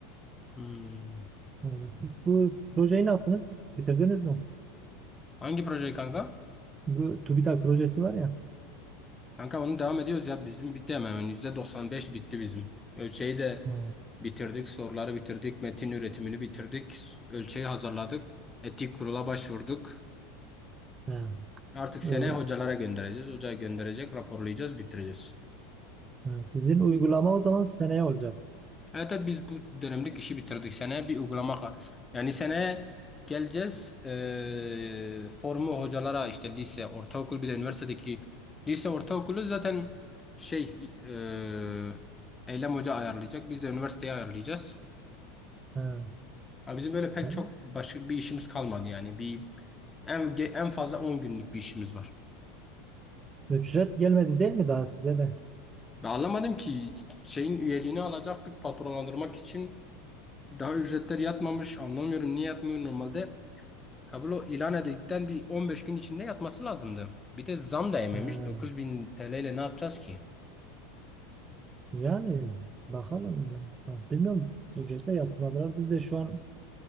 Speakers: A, on the left (about 20°); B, on the right (about 25°).
A: Hmm.
B: Yani Siz bu projeyi ne yaptınız? Bitirdiniz mi?
A: Hangi proje kanka?
B: Bu TÜBİTAK projesi var ya.
A: Kanka onu devam ediyoruz ya. Bizim bitti hemen. Yani %95 bitti bizim. Ölçeği de
B: Ha.
A: bitirdik. Soruları bitirdik. Metin üretimini bitirdik. Ölçeği hazırladık. Etik kurula başvurduk.
B: Ha.
A: Artık seneye
B: Ö-
A: hocalara göndereceğiz. Hocaya gönderecek, raporlayacağız, bitireceğiz.
B: ha, Sizin uygulama o zaman seneye olacak.
A: Evet, evet biz bu dönemlik işi bitirdik. Seneye bir uygulama ka- yani seneye geleceğiz eee, formu hocalara işte lise, ortaokul bir de üniversitedeki lise ortaokulu zaten şey eee Eylem Hoca ayarlayacak. Biz de üniversiteye ayarlayacağız.
B: Ha.
A: Ama bizim böyle pek
B: Ha.
A: çok başka bir işimiz kalmadı yani. Bir en ge- en fazla 10 günlük bir işimiz var.
B: Ücret gelmedi değil mi daha size de?
A: Ben anlamadım ki şeyin üyeliğini alacaktık faturalandırmak için daha ücretler yatmamış. Anlamıyorum niye yatmıyor normalde. Kablo ilan edildikten bir 15 gün içinde yatması lazımdı. Bir de zam da yememiş.
B: Ha.
A: 9000 TL ile ne yapacağız ki?
B: Yani bakalım. ya. Ha, Bilmiyorum. Ücretle yapmadılar. Biz de şu an